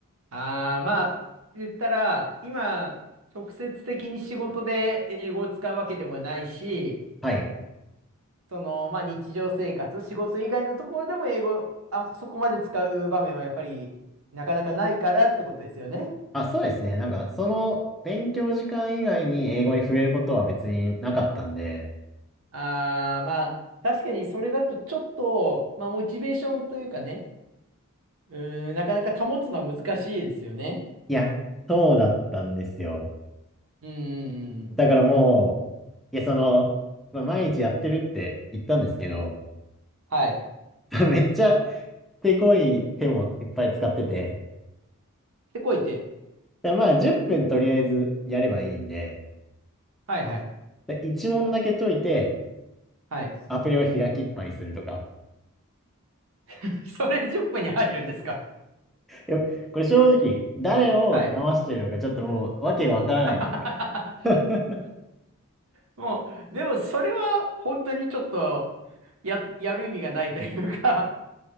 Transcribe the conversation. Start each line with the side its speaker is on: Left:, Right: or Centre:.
Right: ああ、まあ、言ったら、今、直接的に仕事で英語を使うわけでもないし、
Centre: はい。
Right: その、まあ日常生活、仕事以外のところでも英語、あ、そこまで使う場面はやっぱり、なかなかないからってことですよね。
Centre: あ、そうですね。なんか、その勉強時間以外に英語に触れることは別になかったんで、
Right: ああ、まあ、確かにそれだとちょっと、まあ、モチベーションというかね、うーん、なかなか保つのは難しいですよね。
Centre: いや、そうだったんですよ。
Right: うーん、
Centre: だからもう、いや、その、まあ、毎日やってるって言ったんですけど、
Right: はい。
Centre: <laughs> めっちゃ手こい手もいっぱい使ってて、
Right: で、こいて。
Centre: でまあ、10分とりあえずやればいいんで、
Right: はいはい。
Centre: で1問だけ解いて、
Right: はい。
Centre: アプリを開きっぱにするとか。
Right: <laughs> それ10分に入るんですか
Centre: いやこれ正直、誰を騙してるのかちょっともうわけがわからない。
Right: はい。<laughs>
Centre: <laughs>
Right: もう、でもそれは本当にちょっと、や、やる意味がないというか、